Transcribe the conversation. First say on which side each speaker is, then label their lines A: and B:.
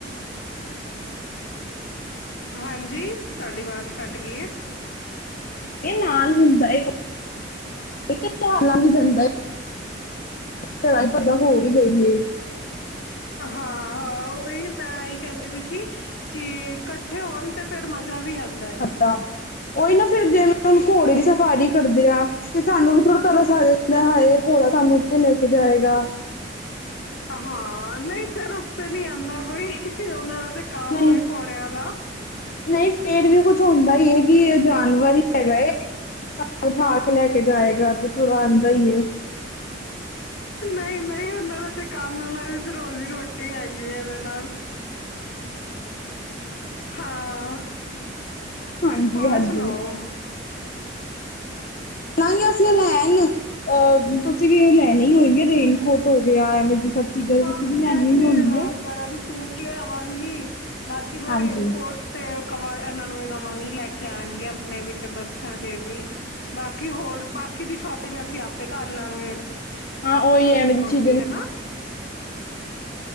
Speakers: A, on the left; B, on the left.
A: ਹਾਂਜੀ ਤਾਡੀ ਵਾਜ਼ ਕੱਟ ਗਈ ਐ
B: ਇਹ ਨਾਲ ਹੁੰਦਾ ਏ ਇਹ ਤੇ ਪਹਾੜਾਂ ਵੀ ਜਾਂਦਾ ਏ ਚੜਾਈ ਓਦਾਂ ਹੋ ਵੀ ਗਈ ਏ
A: ਹਾਂ ਉਹੀ ਮੈਂ ਇਹੀ ਕਹਿੰਦੇ ਪਈ ਸੀ ਕਿ ਕੱਠੇ ਹੋਣ ਤੇ ਫੇਰ ਮਜਾ ਵੀ ਆਉਂਦਾ ਹੈ
B: ਅੱਛਾ ਉਹੀ ਨਾ ਫਿਰ ਜਿਵੇਂ ਹੁਨ ਘੋੜੇ ਦੀ ਸਵਾਰੀ ਕਰਦੇ ਆ ਤੇ ਸਾਨੂੰ ਵੀ ਥੋੜਾ ਤਰਸ ਆ ਜਾਂਦਾ ਹਾਏ ਘੋੜਾ ਸਾਨੂੰ ਉੱਤੇ ਲੈ ਕੇ ਜਾਏਗਾ
A: ਹਾਂ ਨਹੀਂ ਤਰਸ ਤੇ ਨੀ ਆਉਂਦਾ ਕੋਈ ਉਹਨਾਂ ਦਾ ਤੇ ਕੰਮ
B: ਨਹੀਂ
A: ਹੈ ਘੋੜਿਆਂ ਦਾ
B: ਨਹੀਂ ਫੇਰ ਵੀ ਕੁਛ ਹੁੰਦਾ ਈ ਏ ਕਿ ਜਾਨਵਰ ਹੀ ਹੈਗਾ ਏ ਉਠਾ ਕੇ ਲੈ ਕੇ ਜਾਏਗਾ ਤੇ ਥੋੜਾ ਆਉਂਦਾ ਈ ਏ
A: ਨਹੀਂ ਨਹੀਂ ਉਨਾਂ ਦਾ ਤੇ ਕੰਮ ਉਨਾਂ ਦੀ ਤੇ ਰੋਜੀ ਰੋਟੀ ਹੈਗੀ ਹੈ ਫੇਰ ਨਾਲ ਹਾਂ
B: ਹਾਂਜੀ
A: ਹੋਰ
B: ਹਾਂਜੀ
A: ਸੁਣਾਓ
B: ਨਾ ਹੀ ਅਸੀਂ ਉਹ ਲੈਣ ਅਹ ਤੁਸੀਂ ਵੀ ਏ ਲੈਣੇ ਹੀ ਹੋਏਗੇ ਰੇਨਕੋਟ ਹੋ ਗਿਆ ਐਵੇਂ ਦੀ ਸਭ ਚੀਜ਼ਾਂ ਤੇ ਤੁਸੀਂ
A: ਹਾਂ
B: ਵੀ
A: ਮੈਂ
B: ਲੈਣੀਆਂ
A: ਤੇ
B: ਹੀ ਹੋਣਗੀਆਂ
A: ਅ ਗਰਮ ਸੂਟ ਲਿਆਵਾਂਗੀ ਬਾਕੀ ਮੈਂ
B: ਹਾਂਜੀ
A: ਰੇਨਕੋਟ ਤੇ ਕਵਾ ਇਹਨਾਂ ਨੂੰ ਵੀ ਕਵਾਂਗੀ ਲੈ ਕੇ ਆਣਗੇ ਆਪਣੇ ਵੀ ਤੇ ਬੱਚਿਆਂ ਦੇ ਵੀ ਬਾਕੀ ਹੋਰ ਬਾਕੀ ਦੀ ਸ਼ੋਪਿੰਗ ਅਸੀਂ ਆਪੇ ਕਰ ਲਾਂਗੇ
B: ਹਾਂ ਉਹੀ
A: ਛੋਟੀ
B: ਐਵੇਂ ਦੀ
A: ਮੋਟੀ
B: ਚੀਜ਼ਾਂ ਦੀ
A: ਹਨਾ